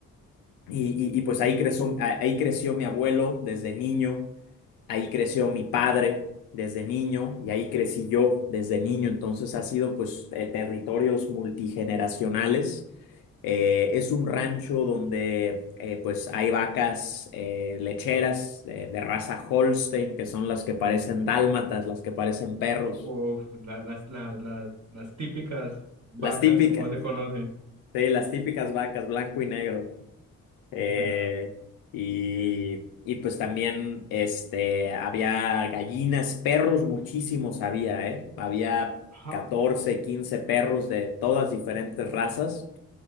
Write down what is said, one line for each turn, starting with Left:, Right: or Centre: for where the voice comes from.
Left: y- y, pues ahí creció, ahí creció mi abuelo desde niño. Ahí creció mi padre desde niño y ahí crecí yo desde niño. Entonces ha sido pues eh, territorios multigeneracionales. Eh, es un rancho donde eh, pues hay vacas eh, lecheras de, de raza Holstein, que son las que parecen dálmatas, las que parecen perros,
Right: Uf, la- las, las, las, las típicas vacas,
Left: las típicas,
Right: como se conoce.
Left: sí, las típicas vacas blanco y negro. Eh,
Right: Ajá,
Left: y,
Right: Entiendo.
Left: y pues también este, había gallinas, perros, muchísimos había, ¿eh? Había
Right: Ajá.
Left: 14 15 perros de todas diferentes razas.